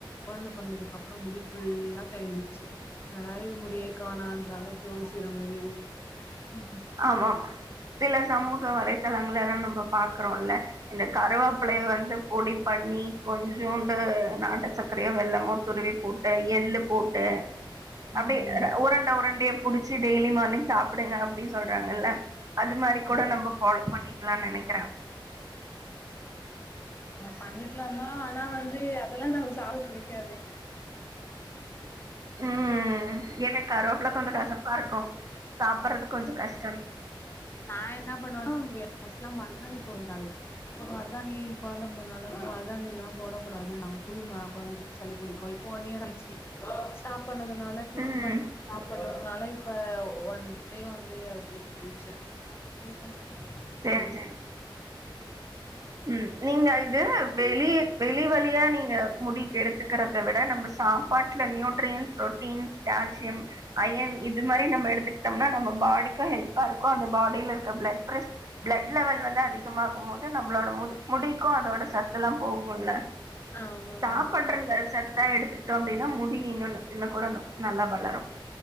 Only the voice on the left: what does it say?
கொழந்த பொறந்ததுக்கு அப்றோ முடி ஃபுல்லா கழிஞ்சுச்சு என்னடா இது முடியே காணோங்ராங்க யோசிக்ற மாரி இருது ச
ம்
ஆமா
பண்ணிக்லாதா ஆனா வந்து அதெல்லா நமக் சாப்டபுடிக்காது
நா என்ன பண்ணுவேன்னா <unintelligible> பண் மருதாணி போ தாலைக்குப்போ மருதாணி கொழந்தனால மரதாணிளாம் போடக்க கூடாது நா புழு குழந்தைக்கு சளிபுடிக்கு இப்ப ஒன்இயர் ஆச்சி சாப் ப்பண்ணாதனால <unintelligible>
னாலப் ப்ப ஒன் டே வந் து அதீத் குளிச்சே குளிக்கணு
ம்
ஆமா
தோழி